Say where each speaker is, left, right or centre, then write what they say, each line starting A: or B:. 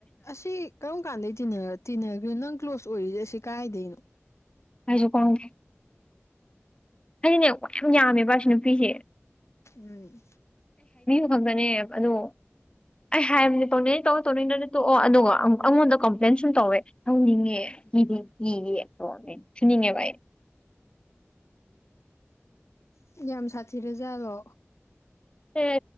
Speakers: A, on the left (about 75°); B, on the left (about 20°).
A: ꯑꯥꯁꯤ ꯀꯔꯝ ꯀꯥꯟꯗꯩ ꯇꯤꯟꯅꯒꯔꯤꯅꯣ ꯅꯪ ꯀ꯭ꯂꯣꯖ ꯑꯣꯏꯔꯤꯖꯦ ꯑꯁꯤ ꯀꯔꯥꯢꯗꯩꯅꯣ
B: ꯑꯩꯖꯨ ꯈꯪꯗꯦ ꯑꯩꯅ ꯈ꯭ꯋꯥꯏ ꯌꯥꯕꯅꯦꯕ ꯑꯁꯤ ꯅꯨꯄꯤꯖꯦ
A: ꯎꯪ
B: ꯐꯕꯅꯦ ꯑꯥꯗꯣ ꯑꯩ ꯍꯥꯏꯕꯅꯦ ꯇꯧꯅꯤꯡꯉꯇꯧ ꯇꯧꯅꯤꯡꯗ꯭ꯔꯥꯒ ꯇꯣꯛꯑꯣ ꯑꯗꯨꯒ ꯑꯩꯉꯣꯟꯗ ꯀꯝꯄ꯭ꯂꯦꯟ ꯁꯨꯝ ꯇꯧꯋꯦ ꯁꯥꯎꯅꯤꯡꯉꯦ UNINTELLIGIBLE
A: ꯍꯨꯡ ꯌꯥꯝ ꯁꯥꯊꯤꯔ ꯖꯥꯠꯂꯣ
B: ꯑꯦ